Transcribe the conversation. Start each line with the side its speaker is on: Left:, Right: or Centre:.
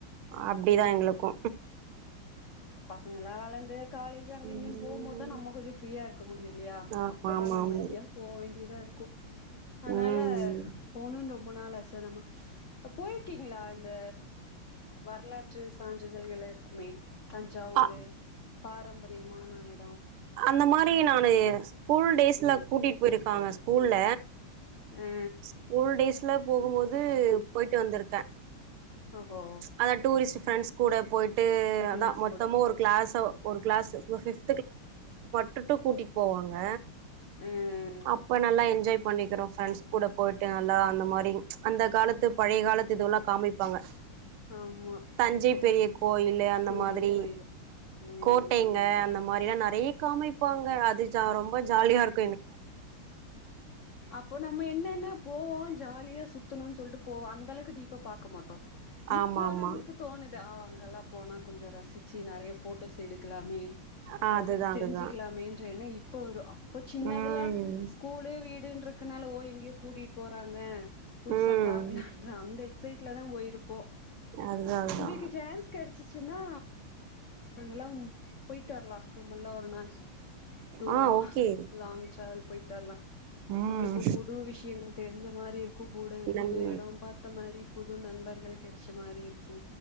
Right: அப்டிதா எங்களுக்கு
Left: பசங்கலாவலந் து காலேஜு அங்கஇங்கனு
Right: ம்
Left: போம் போதுதா நம்ம கொஞ்சோ ஃப்ரீயா இருக்க முடியு இல்லயா
Right: ஆமா
Left: அப்பதா
Right: ஆமா
Left: நம்ம
Right: ஆமா
Left: எங்கயாது போ வேண்டியதா இருக்கு அதுனால
Right: ம்
Left: போனுன்ற ரொம்ப நாள் ஆச நம்ம போயிருக்கீங்ளா இந்த வரலாற்று சான் ருதல்கள இருக்குமே தஞ்சாவூரு
Right: அ
Left: பாரம்பரியமான எட
Right: அந்த மாரி நானு ஸ்கூல்டே ஸ்ல கூட்டிட்டு போயிருக்காங்க ஸ்கூல்ல
Left: ஆ
Right: ஸ்கூல் டேஸ்ல போகும்போது போயிட்டு வந்திருக்கே
Left: ஓஹோ
Right: ச் அதா டூரிஸ்ட் ஃபரெண்ஸ் கூட போயிட் டு
Left: ஃப்ரெண்ட்ஸ்
Right: அதா மொத்தமு
Left: கூட
Right: ஒரு கிளாஸோ ஒரு கிளாஸு ஃபுல்லா ஃபிவ் டு டு கூட்டிட்டு போவாங்க
Left: ஆ
Right: அப்ப நல்லா என்ஜாய் பண்ணிக்கிறோ ஃபரெண்ட்ஸ் கூட போயிட்டு நல்லா அந்த மாரி அந்த காலத்து பழைய காலத்து இதுவெல்லா காமிப்பாங்க
Left: ஆமா
Right: தஞ்சை பெரிய கோயிலு அந்த
Left: பெரிய
Right: மாதிரி
Left: கோயிலு ம்
Right: கோட்டைங்க அந்த மா நெறைய காமிப்பாங்க அது ஜா ரொம்ப ஜாலியா இருக் கே
Left: அப்போ நம்ம என்னென்ன போவோ ஜாலியா சுத்தணுனு சொல்லிட்டு போவோ அந்தளவுக்கு டீப்பா பாக்க மாட்டோ இப்போ
Right: ஆமா ஆமா
Left: நம்மளுக்கு தோணு ஆ அங்கெல்லா போனா கொஞ்சோ ரசிச்சு நெறைய ஃபோட்டோஸ் எடுக்கலாமே
Right: ஆ
Left: அத
Right: அதுதா
Left: பத்தி தெரிஞ்சுக்கலாமேன்ற
Right: அதுதா
Left: என்னோ இ ப்போ வரு அப் போச்சின்னது
Right: ம்
Left: துல ஸ்கூலு வீடு ன்றக்கனால ஓ எங்கேயோ கூட்டிட்டு போறாங்க புதுசா
Right: ம்
Left: பாக்கலான்ற அந்த எக்ஸைட்ல தா போயிரு போ
Right: அதுதா அதுதா
Left: உங்களுக்கு சான்ஸ் கிடச் ச்சுச்சுன்னா அங்கல்லாம் போயிட்டு வரலா நம்மல்லா ஒரு நாள் தூரமா
Right: ஆ ஓகே
Left: லாங் ட்ராவல் போயிட்டு வரலா
Right: ம்
Left: நம்மளுக்கு புது விஷயங்கள் தெரிஞ்ச மாரி இருக்கு கூட
Right: இல்லங்க
Left: புது எடோ பாத்த மா ரி புது நண்பர்கள் கெடைச்ச மாரி இருக் கு